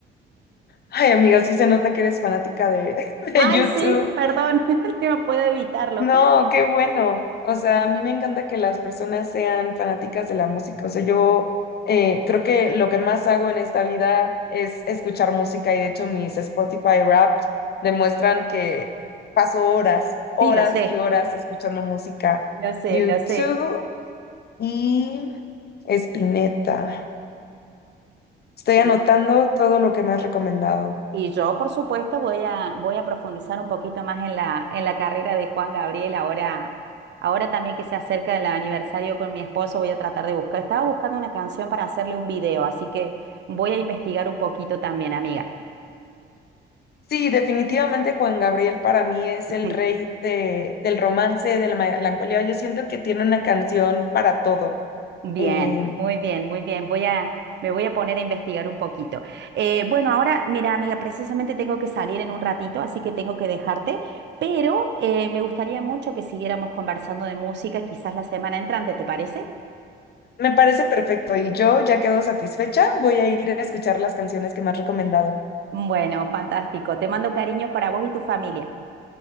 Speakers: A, on the left (about 55°); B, on the right (about 60°).
A: Ay, amiga, sí se nota que eres fanática de, <laughs> de
B: Ay,
A: YouTube.
B: sí, perdón, <laughs> no puedo evitarlo.
A: No, qué bueno. O sea, a mí me encanta que las personas sean fanáticas de la música. O sea, yo eh, creo que lo que más hago en esta vida es escuchar música y de hecho mis Spotify Wrapped demuestran que paso horas, horas
B: Sí, lo sé,
A: y horas escuchando música.
B: lo sé,
A: YouTube
B: lo sé.
A: y Spinetta. Estoy
B: Y,
A: anotando todo lo que me has recomendado.
B: y yo, por supuesto, voy a, voy a profundizar un poquito más en la, en la carrera de Juan Gabriel. Ahora, ahora también que se acerca el aniversario con mi esposo, voy a tratar de buscar. Estaba buscando una canción para hacerle un video, así que voy a investigar un poquito también, amiga.
A: Sí, definitivamente Juan Gabriel para mí es
B: <laughs>
A: el rey de, del romance, de la melancolía. Yo siento que tiene una canción para todo.
B: Bien,
A: Eh,
B: muy bien, muy bien. Voy a, me voy a poner a investigar un poquito. Eh, bueno, ahora, mira, amiga, precisamente tengo que salir en un ratito, así que tengo que dejarte, pero eh, me gustaría mucho que siguiéramos conversando de música, quizás la semana entrante, ¿te parece?
A: me parece perfecto y yo ya quedo satisfecha. Voy a ir a escuchar las canciones que me has recomendado.
B: Bueno, fantástico. Te mando cariños para vos y tu familia.